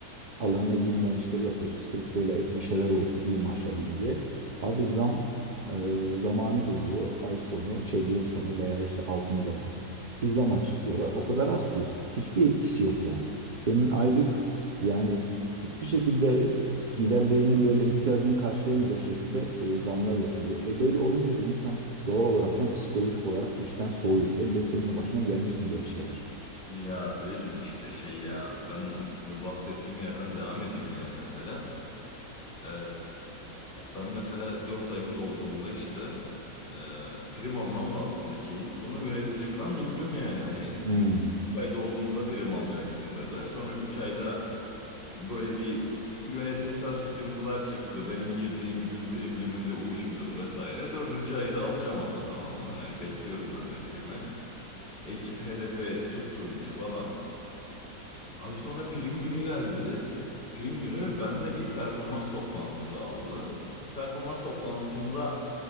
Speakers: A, on the right (about 50°); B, on the left (about 35°).
A: alanına girmeyen işleri yapıyorsun. Sırf böyle bir şeyler olsun, iyi maaş alayım diye. Abi zam e, zamanı geliyor. Ay sonu, şey yıl sonu veya işte 6. ay. Bir zam açıklıyorlar. O kadar az ki. Hiçbir etkisi yok yani. Senin aylık yani hiçbir şekilde e, giderlerinin böyle ihtiyacını karşılayamayacak şekilde e, zamlar yapılıyor. E böyle olunca da insan doğal olaraktan psikolojik olarak işten soğuyor. Elbet senin de başına gelmiştir böyle şeyler.
B: Ya değil mi işte şey ya ben bu bahsettiğim yerden devam edeyim yani mesela Ee, ben mesela 4 ayım dolduğunda işte ee, prim almam lazımdı ki bunu yöneticimden duydum yani hani
A: Hmm.
B: 3 ay dolduğunda prim alacaksın dedi sonra 3 ayda böyle bir yönetimsel sıkıntılar çıktı benim girdiğim gün prim günüyle uyuşmuyordu vesaire dördüncü ayda alacağım ama tamam mı yani bekliyorum ben de primi ekip hedefe tutturmuş falan. Abi sonra prim günü geldi. Prim günü benimle bir performans toplantısı aldı. Performans toplantısında